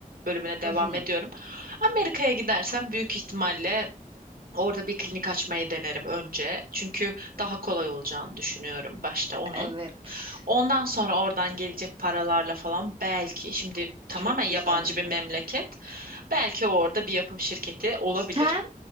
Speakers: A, on the right; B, on the right.
A: bölümüne devam
B: <laughs>
A: ediyorum. Amerika'ya gidersem büyük ihtimalle orada bir klinik açmayı denerim önce. Çünkü daha kolay olacağını düşünüyorum başta onun.
B: Evet.
A: Ondan sonra oradan gelecek paralarla falan belki şimdi tamamen
B: Çok
A: yabancı
B: güzel olur.
A: bir memleket. Belki orada bir yapım şirketi olabilir.
B: Sen,